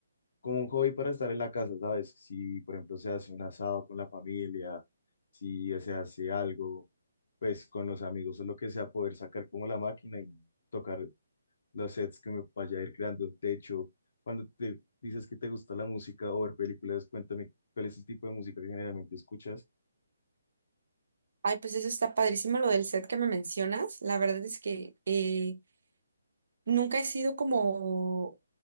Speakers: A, on the left; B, on the right.
A: como un hobby para estar en la casa, ¿sabes? Si, por ejemplo, se hace un asado con la familia, si se hace algo, pues con los amigos o lo que sea, poder sacar como la máquina y tocar los sets que me vaya a ir creando, de techo. cuando te dices que te gusta la música o ver películas, cuéntame cuál es el tipo de música que generalmente escuchas
B: Ay, pues eso está padrísimo lo del set que me mencionas. La verdad es que eh, nunca he sido como,